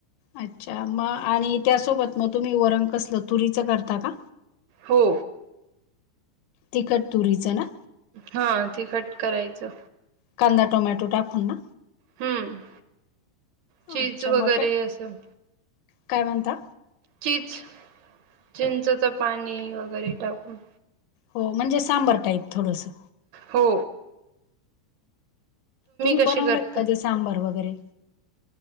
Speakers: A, on the left; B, on the right.
A: अच्छा म आणि त्यासोबत मग तुम्ही वर कसलं तुरीचं करता का?
B: हो.
A: तिखट तुरीचं ना?
B: हा तिखट करायचं.
A: कांदा टमॅटो टाकून ना?
B: हम्म चीज
A: अच्छा
B: वगैरे
A: मग काय
B: असं.
A: काय म्हणता
B: चीच चिंचच पाणी वगैरे टाकून.
A: हो म्हणजे सांबर टाईप थोडंसं.
B: हो.
A: तुम्ही
B: कशी
A: बनवला
B: करता?
A: का कधी सांबार वगैरे?